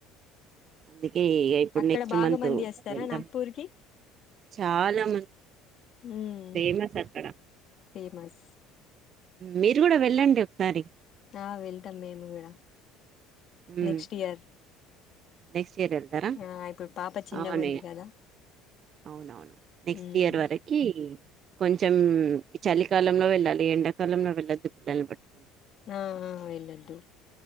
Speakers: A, on the right; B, on the left.
A: అది. ఇగ ఇప్పుడు
B: అక్కడ
A: నెక్స్ట్
B: బాగా
A: మంత్
B: మంది వస్తారా
A: వెళ్తాం
B: నాగ్పూర్ కి
A: చాలా.
B: ఉమ్
A: ఫేమస్ అక్కడ.
B: ఫేమస్
A: మీరు కూడా వెళ్ళండి ఒకసారి.
B: ఆహ్ వెళ్తాం మేము కూడా
A: మ్
B: నెక్స్ట్ ఇయర్.
A: నెక్స్ట్ ఇయర్ వెళ్తారా
B: ఆ ఇప్పుడు పాప చిన్నగా
A: అవునే.
B: ఉంది కదా
A: అవునవును నెక్స్ట్
B: ఉమ్
A: ఇయర్ వరకి. కొంచం ఈ చలికాలంలో వెళ్ళాలి ఎండాకాలంలో వెళ్ళొద్దు పిల్లల్ని పట్టుకొని.
B: ఆహ్ ఎళ్లొద్దు.